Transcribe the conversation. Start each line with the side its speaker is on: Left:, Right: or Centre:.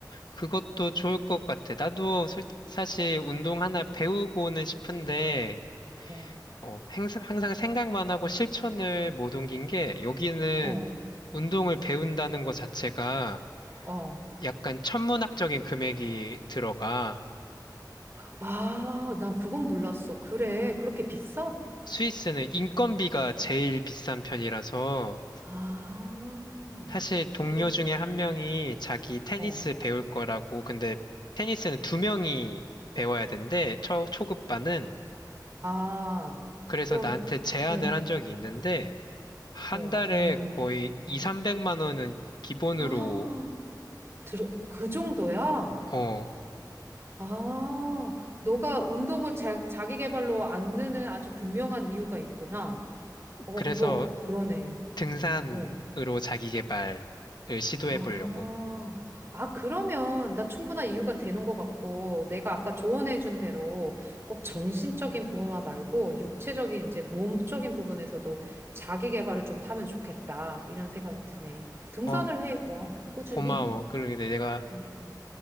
Left: 그것도 좋을 것 같아. 나도 솔- 사실 운동 하나 배우고는 싶은데,
Right: 어,
Left: 어, 항상, 항상 생각만 하고 실천을 못 옮긴 게 여기는
Right: 응,
Left: 운동을 배운다는 것 자체가
Right: 어.
Left: 약간 천문학적인 금액이 들어가.
Right: 아, 난 그건 몰랐어. 그래, 그렇게 비싸?
Left: 스위스는 인건비가 제일 비싼 편이라서
Right: 아,
Left: 사실 동료
Right: 그래서,
Left: 중에 한 명이 자기 테니스
Right: 어.
Left: 배울 거라고. 근데 테니스는 두 명이 배워야 된대. 초, 초급반은.
Right: 아,
Left: 그래서
Right: 그럼,
Left: 나한테 제안을
Right: 응,
Left: 한 적이 있는데 한
Right: 어,
Left: 달에
Right: 있는,
Left: 거의 2,
Right: 응?
Left: 300만 원은 기본으로
Right: <gasps> 아, 들, 그 정도야?
Left: 어
Right: 아, 너가 운동을 자, 자기 개발로 안 느는 아주 분명한 이유가 있구나. 어,
Left: 그래서
Right: 그거, 그러네.
Left: 등산으로
Right: 어.
Left: 자기 개발을 시도해
Right: 아,
Left: 보려고.
Right: 아, 그러면 나 충분한 이유가 되는 것 같고, 내가 아까 조언해준 대로 꼭 정신적인 부분만 말고, 육체적인, 이제 몸적인 부분에서도 자기 개발을 좀 하면 좋겠다. 이런 생각이 드네. 등산을
Left: 어
Right: 해, 그럼. 꾸준히.
Left: 고마워. 그러게 내가
Right: 음, 음.